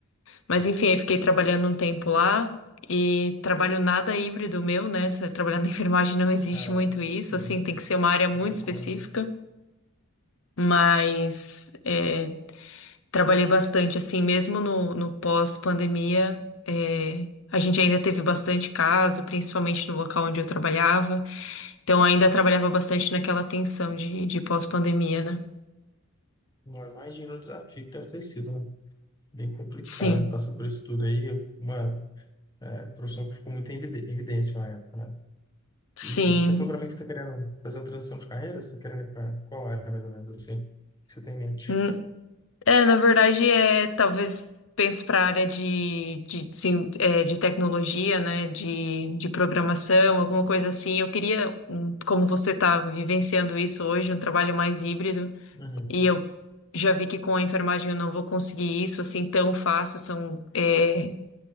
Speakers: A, on the left; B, on the left.
A: Mas enfim, aí fiquei trabalhando um tempo lá. E trabalho nada híbrido meu, né? Se- Trabalhar na <laughs> enfermagem não existe
B: É,
A: muito isso,
B: <laughs> uhum.
A: assim, tem que ser uma área muito
B: não tem
A: específica.
B: como.
A: Mas é, Trabalhei bastante, assim, mesmo no, no pós-pandemia, é, a gente ainda teve bastante caso, principalmente no local onde eu trabalhava. Então, ainda trabalhava bastante naquela tensão de, de pós-pandemia, né?
B: Não, imagina o desafio que deve ter sido, né? Bem complicado
A: Sim,
B: passar por isso tudo aí. Uma é, profissão que ficou muito em evide- evidência na época, né?
A: sim.
B: E você falou para mim que você está querendo fazer a transição de carreira? Você está querendo ir para qual área, mais ou menos, assim, que você tem em mente?
A: Hum, É, na verdade, é, talvez penso para a área de, de, sim, é, de tecnologia, né? De, de programação, alguma coisa assim. Eu queria, um, como você está vivenciando isso hoje, um trabalho mais híbrido.
B: Uhum,
A: E eu já vi que com a enfermagem eu não vou conseguir isso assim tão fácil. São, é,